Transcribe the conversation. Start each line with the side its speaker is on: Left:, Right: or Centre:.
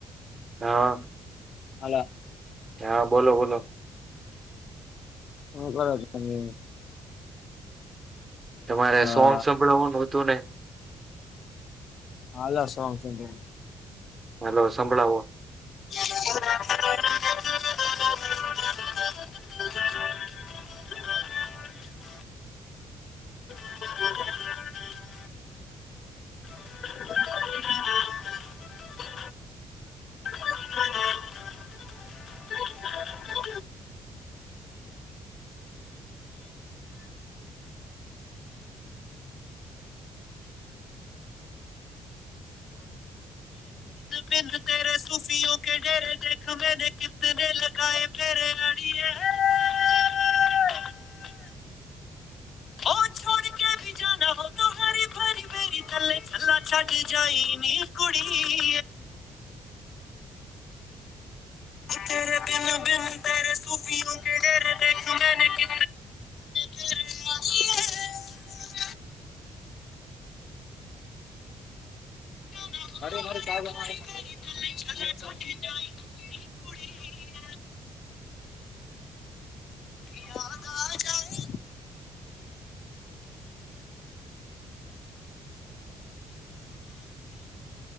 Right: હા.
Left: હાલ
Right: હા બોલો બોલો.
Left: હા બરાબર ને
Right: તમારે
Left: અલા
Right: સોગ સંભળાવવાનું હતું ને
Left: હા અલા છે સોંગ <unintelligible> ની
Right: હલો સંભળાવો.
Left: <unintelligible> <unintelligible> <unintelligible> <unintelligible> હમ હમ હ બિદ તેરે સુફીઓ કે ડેરે દ ખભેદ કત દ લ આાય પેરે આડી એ <unintelligible> ઓ છોડકે ભી જના હો તો હરે ભરી ભેરી થલે થલા છાડી જાય ની કડી તે્યારે તન તન તરે સુૂફીઓ કે ઘરેને કે ગ <unintelligible> અરે મારે ક યાદ આ જાય